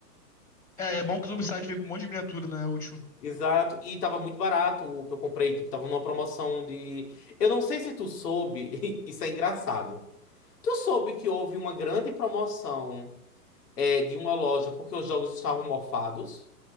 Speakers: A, on the left (about 15°); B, on the left (about 70°).
A: É, é bom que o Zombicide vem com um monte de miniatura, né? É útil.
B: Exato, e tava muito barato o que eu comprei, tipo, tava numa promoção de... Eu não sei se tu soube, <laughs> isso é engraçado. Tu soube que houve uma grande promoção é, de uma loja porque os jogos estavam mofados?